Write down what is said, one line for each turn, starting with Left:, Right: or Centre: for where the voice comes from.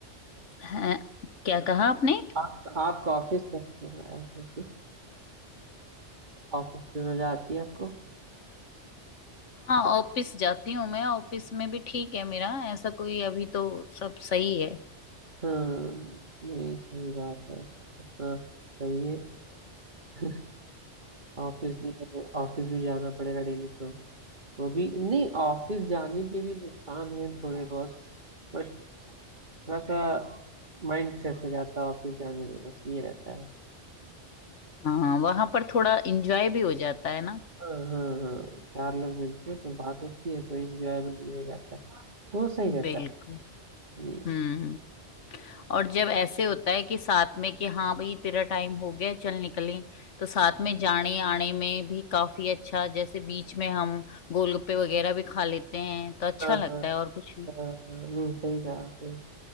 Left: हाँ, क्या कहा आपने
Right: आप, आपका ऑफिस कैसा चल रहा है मतलब कि ऑफिस में मजा आती है आपको
Left: हाँ ऑफिस जाती हूँ मैं ऑफिस में भी ठीक है मेरा ऐसा कोई अभी तो सब सही है
Right: हाँ नहीं सही बात है इतना सही है <laughs> ऑफिस भी ऑफिस भी जाना पड़ेगा डेली तो वो भी नहीं ऑफिस जाने के भी नुकसान है थोड़े बहुत बट थोड़ा सा माइंड फ्रेश हो जाता है ऑफिस जाने में बस ये रहता है
Left: हाँ वहां पर थोड़ा इंजॉय भी हो जाता है ना
Right: हाँ हाँ हाँ चार लोग मिलते हैं तो बात होती है तो इंजॉयबल भी हो जाता है तो वो सही रहता
Left: बिल्कुल
Right: है जी
Left: हम्म और जब ऐसे होता है कि साथ में कि हाँ भाई तेरा टाइम हो गया चल निकलें तो साथ में जाने आने में भी काफी अच्छा जैसे बीच में हम गोलगप्पे वगैरह भी खा लेते हैं तो अच्छा
Right: हाँ
Left: लगता है और कुछ
Right: हाँ,
Left: नहीं
Right: नहीं सही कहा आपने